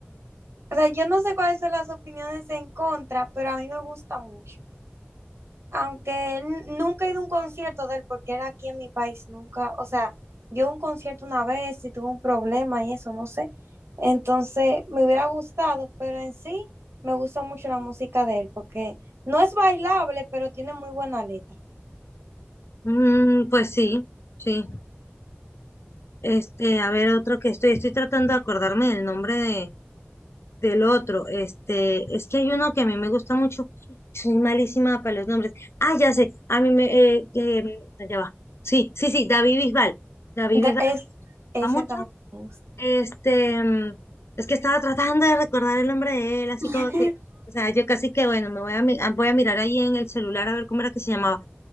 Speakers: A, on the right; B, on the left.
A: O sea, yo no sé cuáles son las opiniones en contra, pero a mí me gusta mucho. Aunque n- nunca he ido a un concierto de él porque era aquí en mi país, nunca, o sea, yo un concierto una vez y tuve un problema y eso, no sé. Entonces, me hubiera gustado, pero en sí me gusta mucho la música de él porque no es bailable, pero tiene muy buena letra.
B: Mm, pues sí, sí. Este, a ver, otro que estoy, estoy tratando de acordarme del nombre de, del otro. Este, es que hay uno que a mí me gusta mucho. Soy malísima para los nombres. Ah, ya sé, a mí me, eh, eh, allá va. Sí, sí, sí, David Bisbal. David
A: Da-
B: Bisbal
A: es,
B: me gusta
A: ese
B: mucho.
A: también me gusta.
B: Este, mm, es que estaba tratando de recordar el nombre de él, así
A: <laughs>
B: como que, o sea, yo casi que, bueno, me voy a, mi- ah, voy a mirar ahí en el celular a ver cómo era que se llamaba.